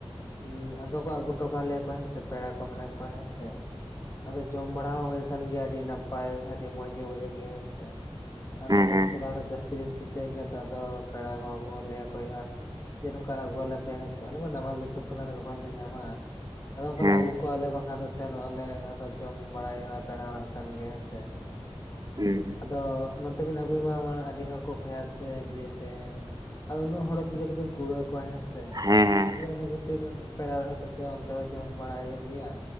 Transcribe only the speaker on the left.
ᱦᱩ ᱟᱫᱚ ᱠᱚ ᱟᱹᱜᱩ ᱦᱚᱴᱚ ᱠᱟᱞᱮᱭᱟ ᱠᱚ ᱦᱮᱸᱥᱮ ᱯᱮᱲᱟ ᱠᱚ ᱢᱮᱱᱟᱜ ᱠᱚᱣᱟ ᱦᱮᱸ ᱥᱮ ᱟᱫᱚ ᱡᱚᱢ ᱵᱟᱲᱟ ᱦᱚᱸ ᱦᱩᱭ ᱟᱠᱟᱱ ᱜᱮᱭᱟ ᱟᱹᱰᱤ ᱱᱟᱯᱟᱭ ᱟᱹᱰᱤ ᱢᱚᱸᱡᱽ ᱜᱮ ᱵᱩᱡᱷᱟᱹᱜ ᱜᱮᱭᱟ ᱦᱮᱸᱥᱮ ᱟᱫᱚ
ᱩᱱᱠᱩᱫᱚ
ᱟᱨᱚ ᱡᱟᱹᱥᱛᱤᱧ ᱠᱩᱥᱤᱭᱟᱜ ᱜᱮᱭᱟ ᱛᱚ ᱟᱫᱚ ᱯᱮᱲᱟ ᱠᱚ ᱦᱚᱲ ᱠᱚ ᱞᱟᱹᱭᱟᱠᱚ ᱦᱩᱭᱩᱜ-ᱟ ᱡᱮ ᱱᱚᱝᱠᱟ ᱟᱹᱜᱩᱣᱟᱞᱮ ᱯᱮ ᱦᱮᱥᱮ ᱟᱞᱮ ᱢᱟ ᱱᱟᱢᱟᱞ ᱫᱤᱥᱚᱢ ᱠᱟᱱᱟ ᱞᱮ ᱚᱠᱟ ᱠᱷᱚᱱ ᱞᱮ ᱧᱟᱢᱟ ᱦᱮᱥᱮ ᱟᱫᱚ ᱚᱱᱠᱟ
ᱞᱮ ᱟᱹᱜᱩ ᱠᱚᱣᱟᱞᱮ ᱵᱟᱝᱠᱷᱟᱱ ᱥᱮᱱᱚᱜ ᱟᱞᱮ ᱟᱫᱚ ᱡᱚᱢ ᱵᱟᱲᱟᱭ ᱦᱩᱭᱩᱜ-ᱟ ᱯᱮᱲᱟ ᱚᱲᱟᱜ ᱥᱮᱱ ᱜᱮ ᱦᱮᱸ ᱥᱮ
ᱟᱫᱚ ᱱᱚᱛᱮ ᱵᱤᱱ ᱟᱹᱜᱩᱭ ᱢᱟ ᱟᱹᱰᱤ ᱦᱚᱲ ᱠᱚ ᱠᱷᱚᱭ ᱟᱥᱮ ᱡᱮ ᱫᱮᱱ ᱟᱫᱚ ᱩᱱᱟᱹᱜ ᱦᱚᱲ ᱪᱤᱠᱟᱹ ᱛᱮᱵᱮᱱ ᱠᱩᱲᱟᱣ ᱠᱚᱣᱟ ᱦᱮᱸᱥᱮ
ᱟᱫᱚ ᱤᱱᱟᱹ ᱠᱷᱟᱹᱛᱤᱨ ᱯᱮᱲᱟ ᱚᱲᱟᱜ ᱥᱮᱫᱛᱮ ᱚᱱᱛᱮ ᱦᱚᱸ ᱡᱚᱢ ᱵᱟᱲᱟ ᱦᱩᱭᱩᱜ ᱜᱮᱭᱟ